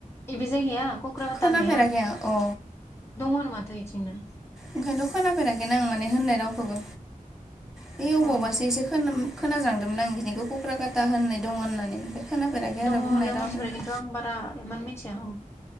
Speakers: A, on the left (about 20°); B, in the centre.
A: एबे जायगाया क'क्राकाता
B: खोनाफेराखै
A: होनाया
B: आं अ
A: दङ होनो माथो ओथिंनो,
B: ओंखायनोथ' खोनाफेराखै आं माने होननाय रावखौबो बे अबावबासो
A: अ
B: एसे खोनोम खोनाज्रांदोंमोन आं बिदिखौ कुक्राकाता होननाय दङ होननानै खोनाफेराखै आरो
A: दङ होननो
B: बुंनाय रावनिबो
A: मानसिफोरा खिन्थु आं बारा मिथिया